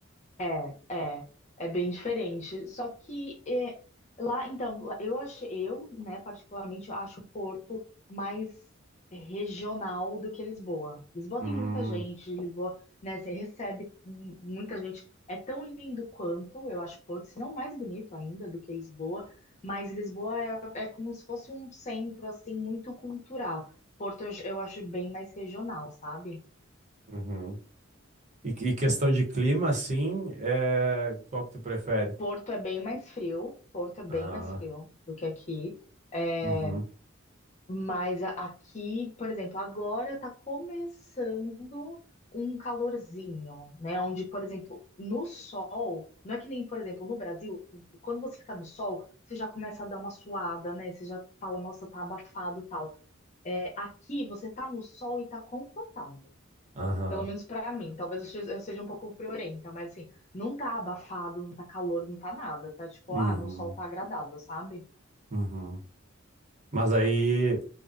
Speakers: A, on the left (about 35°); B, on the right (about 35°).
A: É, é, é bem diferente. Só que é, lá, então, lá- eu achei, eu, né, particularmente acho Porto mais regional do que Lisboa. Lisboa
B: Hum,
A: tem muita gente, Lisboa, né, você recebe mu- muita gente. É tão lindo quanto, eu acho Porto, se não mais bonito ainda do que Lisboa, mas Lisboa é, é como se fosse um centro, assim, muito cultural. Porto eu eu acho bem mais regional, sabe?
B: uhum. E, e questão de clima, assim, é... qual que tu prefere?
A: Porto é bem mais frio, Porto é bem
B: Ah,
A: mais frio do que aqui. É,
B: uhum,
A: mas a- aqui, por exemplo, agora tá começando um calorzinho, né? Onde, por exemplo, no sol, não é que nem, por exemplo, no Brasil, quando você fica no sol, você já começa a dar uma suada, né? Você já fala, nossa, tá abafado, tal. É, aqui você tá no sol e tá confortável.
B: aham,
A: Pelo menos pra mim. Talvez eu seja eu seja um pouco friorenta, mas assim, não tá abafado, não tá calor, não tá nada. Tá tipo,
B: uhum,
A: ah, no sol tá agradável, sabe?
B: uhum. Mas aí,